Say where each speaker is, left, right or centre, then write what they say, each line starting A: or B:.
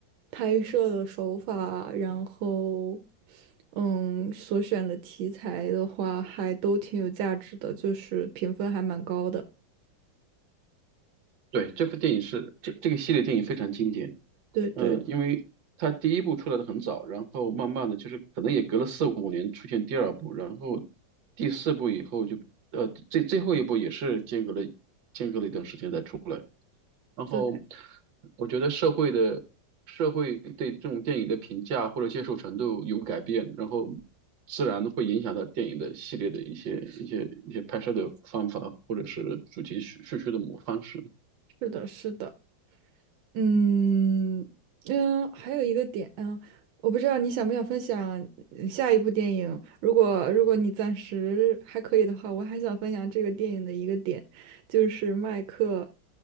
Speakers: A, on the right; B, on the right.
A: 拍摄的手法，然后嗯，所选的题材的话，还都挺有价值的，就是评分还蛮高的。
B: 对，这部电影是这这个系列电影非常经典。
A: 对对
B: 嗯，因为它第一部出来的很早，然后慢慢的就是可能也隔了四五年出现第二部，然后第四部以后就呃最最后一部也是间隔了间隔了一段时间才出来。然后
A: 对，
B: 我觉得社会的社会对这种电影的评价或者接受程度有改变，然后自然会影响到电影的系列的一些一些一些拍摄的方法或者是主题叙叙事的模方式。
A: 是的，是的。嗯嗯，还有一个点，嗯，我不知道你想不想分享嗯下一部电影。如果如果你暂时还可以的话，我还想分享这个电影的一个点，就是麦克，